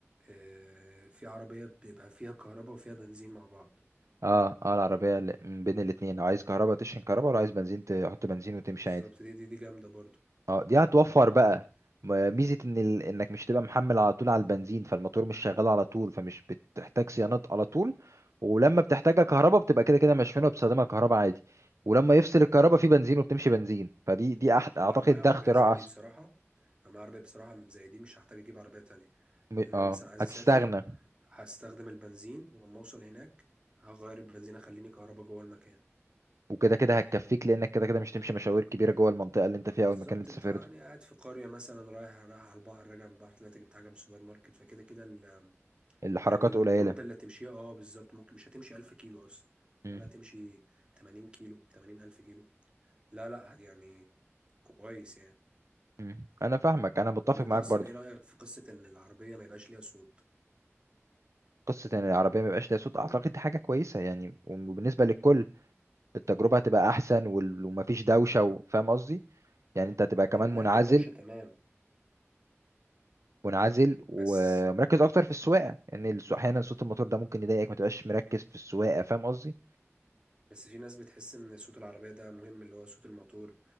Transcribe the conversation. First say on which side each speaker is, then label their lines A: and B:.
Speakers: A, on the right; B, on the right.
A: آه، في عربية بيبقى فيها كهرباء وفيها بنزين مع بعض
B: اه اه العربية اللي- من بين الاتنين لو عايز كهرباء تشحن كهرباء ولو عايز بنزين تحط بنزين وتمشي
A: بالظبط
B: عادي
A: دي دي دي جامدة برضو
B: اه دي هتوفر بقى م- ميزة ان ال... انك مش تبقى محمل على طول على البنزين فالموتور مش شغال على طول فمش بتحتاج صيانات على طول ولما بتحتاجها كهرباء بتبقى كده كده مشحونة بتستخدمها كهرباء عادي ولما يفصل الكهرباء في بنزين وبتمشي بنزين فدي دي أح... اعتقد
A: أنا لو معايا
B: ده
A: عربية
B: اختراع
A: زي
B: احسن
A: دي بصراحة لو معايا عربية بصراحة زي دي مش هحتاج أجيب عربية تانية
B: م-
A: لأن
B: اه
A: أنا مثلا عايز
B: هتستغنى
A: أسافر هستخدم البنزين ولما اوصل هناك هغير البنزين اخليني كهربا جوه المكان
B: وكده كده هتكفيك لانك كده كده مش تمشي مشاوير كبيرة جوه المنطقة اللي انت فيها
A: بالظبط
B: او المكان اللي انت
A: انت
B: سافرته
A: يعني قاعد في قرية مثلا رايح رايح على البحر راجع من البحر طلعت جبت حاجة من السوبر ماركت فكده كده ال-
B: الحركات
A: يعني المدة
B: قليلة
A: اللي تمشيها اه بالظبط ممكن مش هتمشي 1000 كيلو اصلا ولا
B: مم.
A: تمشي 80 كيلو 80 ألف كيلو لا لا يعني كويس يعني
B: مم. انا فاهمك انا متفق
A: طب انت
B: معاك
A: اصلا
B: برضو
A: ايه رأيك في قصة ان العربية ما يبقاش ليها صوت
B: قصة ان العربية ما يبقاش ليها صوت اعتقد دي حاجة كويسة يعني وبالنسبة للكل التجربة هتبقى أحسن وال- ومفيش دوشة و- فاهم قصدي؟ يعني أنت هتبقى كمان
A: هي من ناحية
B: منعزل
A: الدوشة تمام
B: منعزل ومركز
A: بس
B: أكتر في السواقة لأن يعني الس- أحيانا صوت الموتور ده ممكن يضايقك ما تبقاش مركز في السواقة فاهم قصدي؟
A: بس في ناس بتحس ان صوت العربية ده مهم اللي هو صوت الموتور